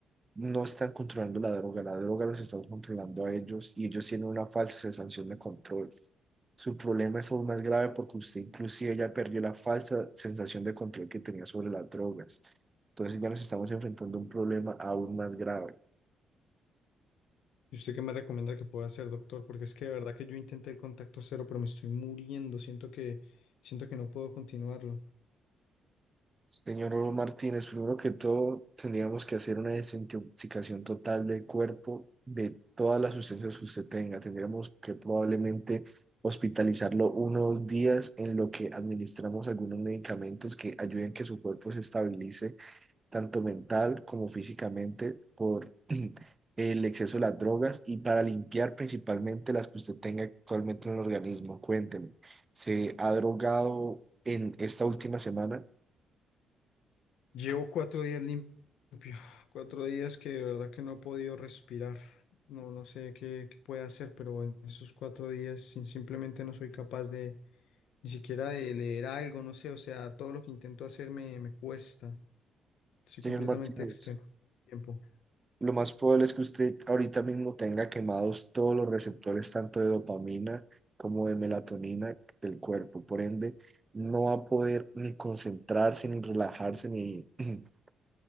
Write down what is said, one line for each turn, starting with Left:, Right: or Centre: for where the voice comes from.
Right: no están controlando la droga, la droga los está controlando a ellos y ellos tienen una falsa sensación de control. Su problema es aún más grave porque usted inclusive ya perdió la falsa sensación de control que tenía sobre las drogas. Entonces ya nos estamos enfrentando a un problema aún más grave.
Left: ¿Y usted qué me recomienda que pueda hacer, doctor? Porque es que de verdad que yo intenté el contacto cero, pero me estoy muriendo. Siento que, siento que no puedo continuarlo.
Right: Señor Martínez, primero que todo, tendríamos que hacer una desintoxicación total del cuerpo de todas las sustancias que usted tenga. Tendríamos que probablemente hospitalizarlo unos días en lo que administramos algunos medicamentos que ayuden que su cuerpo se estabilice, tanto mental como físicamente, por <clears throat> el exceso de las drogas y para limpiar principalmente las que usted tenga actualmente en el organismo. Cuénteme, ¿se ha drogado en esta última semana?
Left: Llevo cuatro días lim- limpio, cuatro días que de verdad que no he podido respirar. No, no sé qué, qué puede hacer, pero en esos cuatro días sin- simplemente no soy capaz de ni siquiera de leer algo, no sé. O sea, todo lo que intento hacer me, me cuesta. Estoy
Right: Señor
Left: completamente
Right: Martínez,
Left: extenuado. Tiempo.
Right: lo más probable es que usted ahorita mismo tenga quemados todos los receptores, tanto de dopamina como de melatonina del cuerpo. Por ende, no va a poder ni concentrarse, ni relajarse, ni, <clears throat>